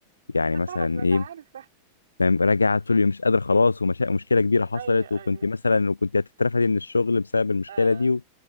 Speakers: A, on the left (about 80°); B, on the right (about 65°).
A: يعني
B: انا
A: مثلا
B: فاهمة انا
A: ايه
B: عارفة
A: يعني راجع طول اليوم مش قادر خلاص ومشكلة كبيرة حصلت
B: ايوه
A: وكنت
B: ايوه
A: مثلا وكنت هتترفدي من الشغل بسبب المشكلة
B: اه
A: دي و...